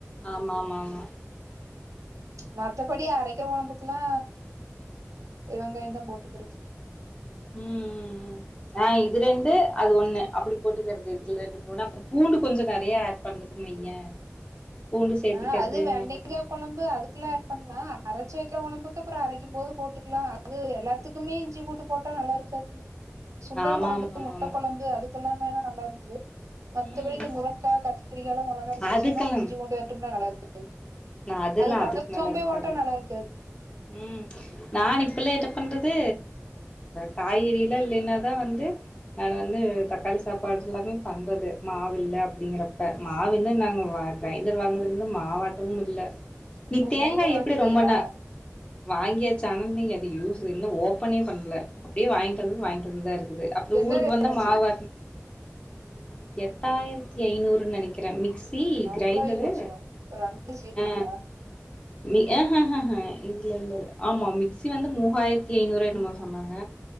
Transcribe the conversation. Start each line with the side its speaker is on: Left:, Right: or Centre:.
Left: ஆமா ஆமா ஆமா
Right: மத்தபடி அரைக்கிற உடம்புக்குல்லா பெரிய வெங்காய தா போட்டுக்கிருச்சசி
Left: ம் ஆ இது ரெண்டு அது ஒண்ணு அப்படி போட்டுக்கறது இதுல ரெண்டு போனா அப்புற பூண்டு கொஞ்சோ நெறைய ஆட் பண்றதுன் வையே பூண்டு சேத்திக்கிறது
Right: ஆ அது வெண்டைங்கா
Left: நல்லது
Right: கொழம்பு அதுக்குல்லா ஆட் பண்ணலா அர சேக்கிற உணம்புக்கு அப்புற அரைக்கு போது போட்டுக்கலா அது எல்லாத்துக்குமே இஞ்சி பட்டு போட்டா நல்லா இருக்காது சுண்டல்
Left: ஆ ஆமா
Right: கொழம்பு
Left: ஆமா ஆமா
Right: முட்ட
Left: ஆமா
Right: கொழம்பு அதுக் இ எல்லாமே ணா நல்லா இருக்கு மத்தபடி
Left: ம்
Right: இந்த முரங்காக்கா கத்திரிக்க எல்லா மெளகா அரச்சி வச்சம்னா
Left: அதுக்கெல்லா
Right: அது இஞ்சி பூண்டு நல்லாருக்கு
Left: நா அதெல்லா
Right: அதுக் பட்ட
Left: அதுக்கு நல்லா
Right: சோம்பே
Left: இருக்காது
Right: ஓட்டனு நல்லா இருக்குது
Left: ம் நா இப்பெல்லா என்ன பண்றது காய்கறிலா இல்லைனாதா வந்து நா வந்து தக்காளி சாப்பாடு எல்லாமே பண்றது மாவு இல்ல அப்படிங்கறப்ப மாவுன்னு நாங்க கிரைண்டர் வாங்குதுல இருந்து மாவாட்டமு இல்ல நீ
Right: ஓ
Left: தேங்கா
Right: கிரைண்டர்
Left: எப்படி
Right: வாங்கிட்டீங்களா
Left: ரொம்ப நா வாங்கியாச்சு ஆனா இன்னோ எத யூஸ் இன்னோ ஓபனே பண்ல அப்படியே வாங்கிட்டு வந்தது வாங்கிட்டு வந்ததா இருக்கு இது அப்புறோ
Right: என்ன
Left: ஊருக்கு
Right: ரேட்
Left: வந்தா
Right: ஆச்சு
Left: மாவாட்டி ம் எட்டாயிரத்தி ஐநூறுனு நெனைக்குற மிக்ஸ் மிக்ஸி
Right: அவ்ளோ
Left: கிரைண்டரு
Right: ஆயி போச்சா ஒரு ரெண்டு சேத்தியா
Left: ஆ மி ஏ ஹஹ ஹ இல்ல இல்ல ஆமா மிக்சி வந்து மூவாயிரத்தி ஐனூறு என்னமோ சொன்னாங்க